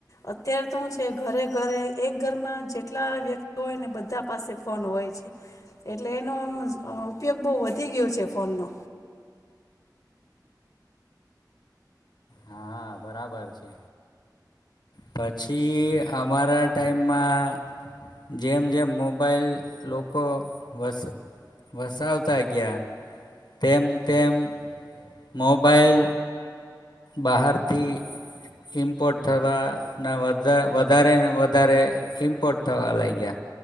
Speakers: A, on the left; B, on the left.
A: અત્યારે તો હું છે ઘરે-ઘરે એક ઘરમાં જેટલા વ્યક્તિ હોયને બધા પાસે ફોન હોય છે, એટલે એનો આમ અહ ઉપયોગ બહુ વધી ગયો છે ફોનનો.
B: હા, બરાબર છે, પછી અમારા ટાઈમમાં જેમ-જેમ મોબાઈલ લોકો વસ વસાવતા ગયા તેમ-તેમ મોબાઈલ બહારથી ઇમ્પોર્ટ થવાના વધા વધારેને વધારે ઈમ્પોર્ટ થવા લાયગા,